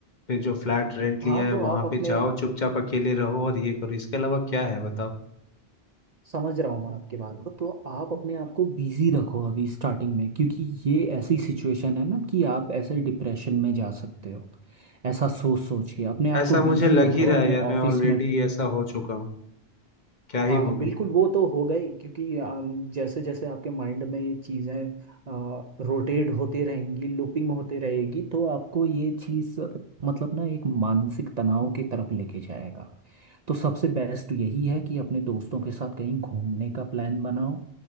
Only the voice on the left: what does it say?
पे जो फ्लैट रेंट
लिया है
वहां
पे जाओ चुपचाप अकेले रहो और ये करो इसके अलावा क्या है बताओ
ऐसा
मुझे
लग
ही रहा
है यार मैं
ऑलरेडी
ऐसा हो चुका हूँ क्या ही
बोलूं